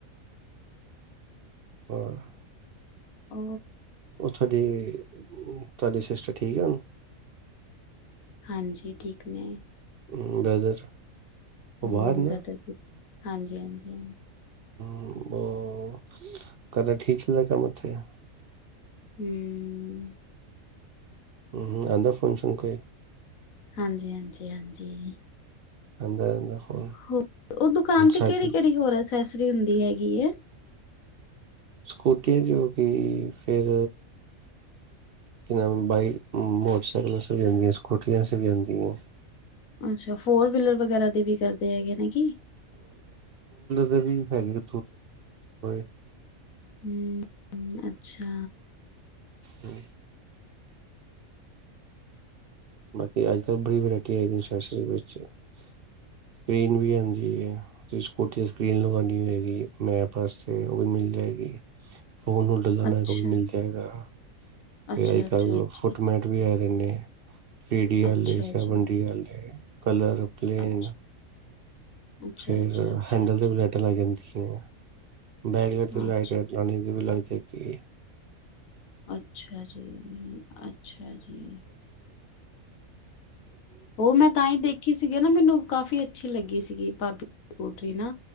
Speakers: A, on the right; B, on the left.
A: ਹਾਂ।
B: ਓ
A: ਉਹ ਤੁਹਾਡੀ, ਤੁਹਾਡੀ ਸਿਸਟਰ ਠੀਕ ਐ ਹੁਨ?
B: ਹਾਂਜੀ ਠੀਕ ਨੇ।
A: ਹੂੰ, ਬ੍ਰਦਰ ਉਹ
B: ਹੂੰ,
A: ਬਾਹਰ ਨਾ
B: ਬ੍ਰਦਰ ਹਾਂਜੀ-ਹਾਂਜੀ-ਹਾਂਜੀ।
A: ਹੂੰ, ਉਹ ਕਰਦਾ ਠੀਕ ਚਲਦਾ ਕੰਮ ਉੱਥੇ?
B: ਹੂੰ।
A: ਹੂੰ ਹੂੰ, ਆਂਦਾ ਹੈ ਫੋਨ ਸ਼ੋਨ ਕੋਈ?
B: ਹਾਂਜੀ-ਹਾਂਜੀ-ਹਾਂਜੀ,
A: ਆਂਦਾ ਆਂਦਾ ਫੋਨ
B: ਹੋਰ ਉਹ ਦੁਕਾਨ ਤੇ
A: ਸਾਡੇ
B: ਕਿਹੜੀ-ਕਿਹੜੀ ਹੋਰ ਐਸੈ ਸਰੀ ਹੁੰਦੀ ਹੈਗੀ ਐ।
A: ਸਕੂਟੀਆਂ ਦੀ ਹੋ ਗਈ ਫਿਰ ਕੀ ਨਾਮ ਹੈ ਬਾਈਕ ਉਮ ਮੋਟਰਸਾਈਕਲ ਵਾਸਤੇ ਵੀ ਹੁੰਦੀ ਐ, ਸਕੂਟਰੀ ਵਾਸਤੇ ਵੀ ਹੁੰਦੀ ਐ।
B: ਅੱਛਾ। ਫੋਰ ਵੀਲਰ ਵਗੈਰਾ ਦੇ ਵੀ ਕਰਦੇ ਹੈਗੇ ਨੇ ਕੀ?
A: ਦਾ ਵੀ ਹੈਗੇ ਨੇ <unintelligible>
B: ਹੂੰ, ਅੱਛਾ।
A: ਹੂੰ। ਬਾਕੀ ਅੱਜ ਕੱਲ ਬੜੀ ਵੈਰਾਇਟੀ ਹੈਗੀ, ਅਸੈਸਰੀ ਵਿੱਚ। ਸਕਰੀਨ ਵੀ ਆਂਦੀ ਐ, ਤੁਸੀਂ ਸਕੂਟੀ ਦੀ ਸਕਰੀਨ ਲਵਾਣੀ ਹੋਏਗੀ, ਮੇਰੇ ਪਾਸੇ ਉਹ ਵੀ ਮਿਲ ਜਾਏਗੀ। ਫੋਨ ਨੂੰ ਲਗਾਨਾ,
B: ਅੱਛਾ
A: ਉਹ ਵੀ ਮਿਲ ਜਾਏਗਾ।
B: ਅੱਛਾ
A: ਤੇ ਅੱਜ
B: ਅੱਛਾ
A: ਕੱਲ
B: ਅੱਛਾ
A: ਫੁੱਟਮੈਟ ਵੀ ਆ ਰਹੇ ਨੇ, ਥ੍ਰੀ ਡੀ ਆਲੇ,
B: ਅੱਛਾ
A: ਸੈਵਨ
B: ਜੀ
A: ਡੀ ਆਲੇ, ਕਲਰ ਪਲੇਨ।
B: ਅੱਛਾ ਅੱਛਾ
A: ਫੇਰ
B: ਅੱਛਾ ਅੱਛਾ
A: ਹੈਂਡਲ
B: ਅੱਛਾ
A: ਦੇ ਵੀ ਲਾਈਟਾਂ ਲੱਗ ਜਾਂਦੀਆਂ। ਬੈਕ ਲੈਟ ਤੇ ਲਾਈਟ
B: ਅੱਛਾ ਅੱਛਾ
A: ਲਟਕਾਨੀ, ਓਹ ਵੀ ਲੱਗ ਥੇ ਕਿ
B: ਅੱਛਾ ਜੀ, ਅੱਛਾ ਜੀ। ਉਹ ਮੈਂ ਤਾਂ ਹੀ ਦੇਖੀ ਸੀਗੀ ਨਾ ਮੈਨੂੰ ਕਾਫੀ ਅੱਛੀ ਲੱਗ ਗੀ ਸੀਗੀ, ਭਾਬੀ ਦੀ ਸਕੂਟਰੀ ਨਾ,